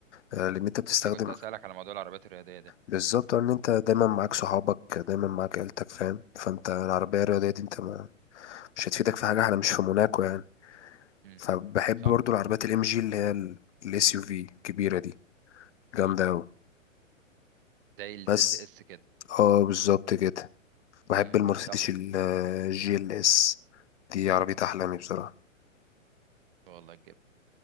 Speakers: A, on the left (about 60°); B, on the right (about 45°).
A: آه، لأن أنت بتستخدم
B: لسه كنت هسالك على موضوع العربيات الرياضيه ده
A: بالظبط أه، إن أنت دايما معاك صحابك دايما معاك عيلتك فاهم فأنت العربية الرياضية دي أنت ما مش هتفيدك في حاجة احنا مش في موناكو يعني
B: مم.
A: فبحب
B: صح
A: برضو العربيات الام جي اللي هي الاس يو في الكبيره دي جامده
B: مم.
A: قوي
B: زي الزد
A: بس
B: اس كده
A: اه بالظبط كده بحب
B: مم.
A: المرسيدس
B: طب
A: الجي ال اس دي
B: مم.
A: عربية أحلامي بصراحة
B: والله